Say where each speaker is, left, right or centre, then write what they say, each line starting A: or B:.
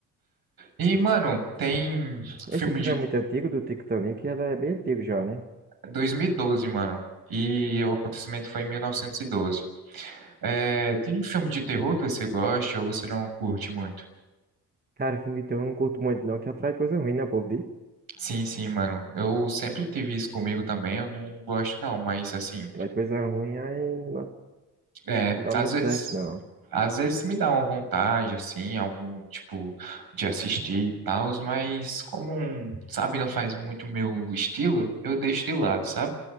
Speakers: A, on the right; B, on the right.
A: E, mano, tem filme
B: Esse filme
A: de
B: é muito antigo, do Titanic, e ela é bem antigo já, né?
A: 2012, mano. E o acontecimento foi em 1912. É, tem filme de terror que você gosta ou você não curte muito?
B: Cara, filme de terror eu não curto muito, não, que atrai coisa ruim, né, povo?
A: Sim, sim, mano. Eu sempre tive isso comigo também. Eu não gosto, não, mas assim,
B: Atrai coisa ruim, aí não
A: é,
B: não dá
A: às
B: muito
A: vezes
B: certo, não.
A: Às vezes me dá uma vontade, assim, algum tipo de assistir e tal, mas como, sabe, não faz muito meu estilo, eu deixo de lado, sabe?